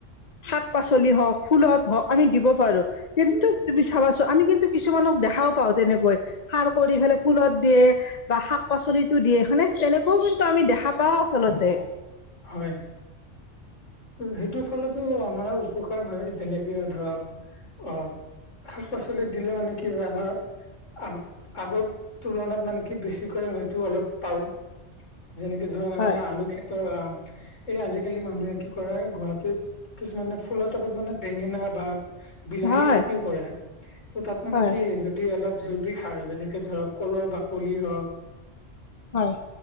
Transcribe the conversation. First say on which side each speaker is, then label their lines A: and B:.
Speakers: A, on the left; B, on the left.
A: শাক পাচলি হওঁক ফুলত হওঁক আমি দিব পাৰোঁ। কিন্তু তুমি চাবাছো আমি কিন্তু কিছুমানক দেখাও পাওঁ তেনেকৈ সাৰ কৰি ফেলে ফুলত দিয়ে বা শাক পাচলিটো দিয়ে হয়নে তেনেকুৱাও কিন্তু আমি দেখা পাও আচলতে
B: হয় যিটো ফলতো আমাৰ উপকাৰ হয় যেনেকে ধৰক অ, শাক পাচলিত দিলে মানে কি হয় আমাৰ আগ আগত তুলনাত মানে কি বেছিকৈ হয়তো অলপ পাওঁ। যেনেকে ধৰক আমি
A: হয়,
B: আলু খেতৰ আম এই আজিকালি মানুহে কি কৰে গুৱাহাটীত কিছুমানে ফুলৰ টাপত মানে বেঙেনা বা বিলাহী
A: হয়,
B: খেতিও কৰে ত' তাত মানে
A: হয়,
B: কি যদি অলপ জৈৱিক সাৰ যেনেকে ধৰক কলৰ বাকলি হ'ক
A: হয়